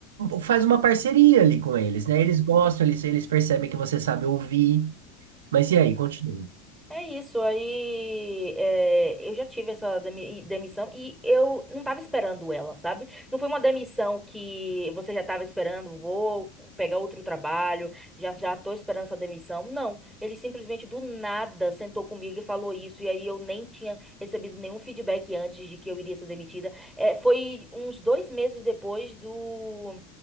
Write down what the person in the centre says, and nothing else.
Sim.
É isso, aí é, eu já tive essa demi- demissão e eu não tava esperando ela, sabe? Não foi uma demissão que você já tava esperando, vou pegar outro trabalho, já já tô esperando essa demissão. Não, ele simplesmente do nada sentou comigo e falou isso, e aí eu nem tinha recebido nenhum feedback antes de que eu iria ser demitida. É, foi uns dois meses depois do